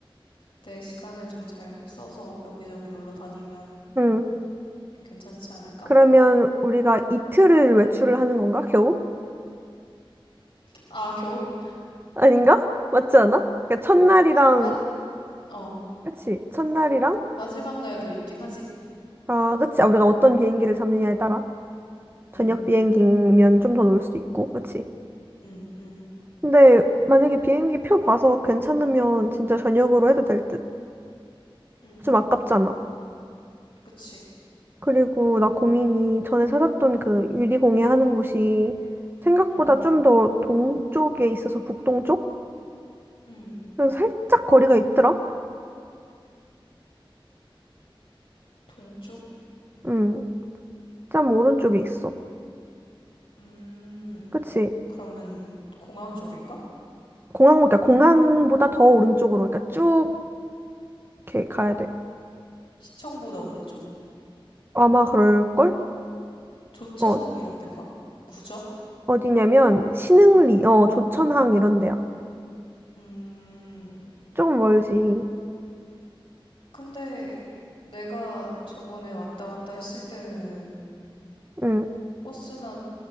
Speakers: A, on the left (about 80°); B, on the right (about 25°).
A: 내 시간을 좀 잘 써서 여기저기 놀러 다니면
B: 응.
A: 괜찮지 않을까?
B: 그러면 우리가 이틀을 외출을
A: 음.
B: 하는 건가? 겨우?
A: 아, 겨우.
B: 아닌가? 맞지 않아? 그러니까 첫날이랑
A: 아, 마, 어.
B: 그치? 첫날이랑
A: 마지막 날도 있긴 하지.
B: 아, 그치? 아, 우리가 어떤 비행기를 잡느냐에 따라 저녁
A: 음,
B: 비행기면 좀 더 놀 수도 있고. 그치?
A: 음, 음,
B: 근데 만약에 비행기 표 봐서 괜찮으면 진짜 저녁으로 해도 될 듯.
A: 음.
B: 좀 아깝잖아.
A: 그치.
B: 그리고 나 고민이 전에 찾았던 그 유리공예 하는 곳이 생각보다
A: 음,
B: 좀 더 동쪽에 있어서 북동쪽?
A: 음.
B: 그래서 살짝 거리가 있더라?
A: 동쪽?
B: 응, 짬 오른쪽에 있어.
A: 음.
B: 그치?
A: 그러면 공항 쪽인가?
B: 공항, 그러니까 공항보다 더 오른쪽으로, 그러니까 쭉 이렇게 가야 돼.
A: 시청보다 오른쪽?
B: 아마 그럴걸?
A: 조천읍
B: 어,
A: 이런 데인가? 구좌?
B: 어디냐면 신흥리, 어,
A: 음,
B: 조천항 이런 데야.
A: 음.
B: 조금 멀지.
A: 근데 내가 저번에 왔다 갔다 했을 때는
B: 응.
A: 버스나